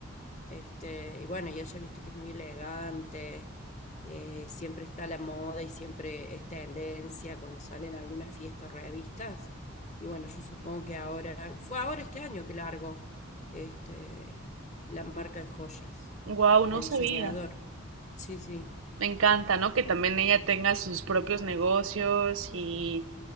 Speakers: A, on the left; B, on the right.
A: Este, y bueno, y ella viste que es muy elegante, eh, siempre está a la moda y siempre es tendencia cuando salen algunas fiestas o revistas. Y bueno, yo supongo que ahora, fue ahora este año que largo este, la marca de joyas,
B: wow, no
A: de
B: sabía.
A: diseñador. Sí, sí.
B: Me encanta, ¿no? Que también ella tenga sus propios negocios y,